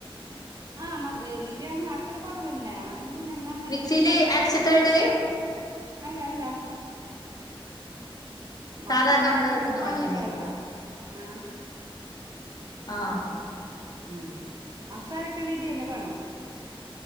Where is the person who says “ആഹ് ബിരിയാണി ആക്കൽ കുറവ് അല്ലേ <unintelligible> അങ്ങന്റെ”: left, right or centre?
Right